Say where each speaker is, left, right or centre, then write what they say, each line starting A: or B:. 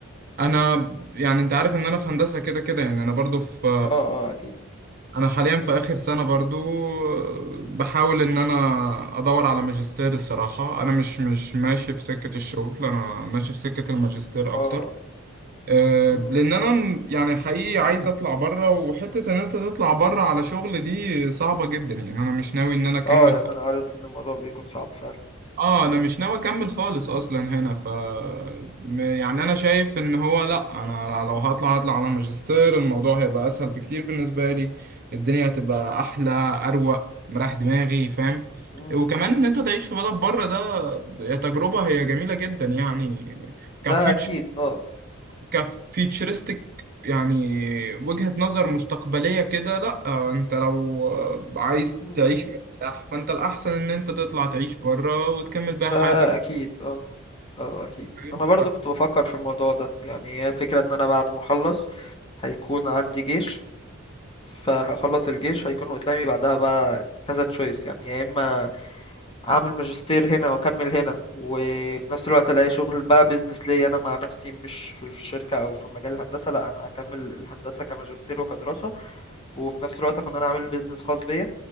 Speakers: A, on the right (about 45°); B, on the left (about 25°).
A: انا يعني انت عارف ان انا في هندسه كده كده يعني انا برضو في
B: اه اه أكيد
A: انا حاليا في اخر سنه برضو بحاول ان انا ادور على ماجستير الصراحه انا مش مش ماشي في سكه الشغل انا ماشي في سكه الماجستير
B: اه
A: اكتر آه،
B: مم.
A: لان انا م- يعني حقيقي عايز اطلع بره وحته ان انت تطلع بره على شغل دي صعبه جدا يعني انا مش ناوي ان انا اكمل
B: اه يعني
A: خ...
B: أنا قريت إن الموضوع بيكون صعب فعلا
A: اه انا مش ناوي اكمل خالص اصلا هنا ف م- يعني انا شايف ان هو لا انا لو هطلع هطلع على ماجستير الموضوع هيبقى اسهل بكتير بالنسبه لي الدنيا هتبقى احلى اروق مريح دماغي فاهم
B: مم.
A: وكمان ان انت تعيش في بلد بره ده تجربه هي جميله جدا يعني كفيوتشر
B: ده اكيد اه
A: كفيتشرستك يعني وجهة نظر مستقبلية كده لا آه، انت لو آه، عايز
B: م-
A: تعيش
B: م.
A: مرتاح فانت الأحسن ان انت تطلع تعيش بره وتكمل بقى
B: ده
A: حياتك
B: اكيد اه اه اكيد
A: فاهم؟
B: انا برضو كنت بفكر في الموضوع ده يعني هي الفكرة ان انا بعد ما اخلص هيكون عندي جيش فهخلص الجيش هيكون قدامي بعدها بقى كذا تشويس يعني يا اما اعمل ماجستير هنا واكمل هنا وفي نفس الوقت الاقي شغل بقى بيزنس ليا انا مع نفسي مش في في الشركة او في مجال الهندسة لا انا هكمل الهندسة كماجستير وكدراسة وفي نفس الوقت اكون انا عامل بيزنس خاص بيا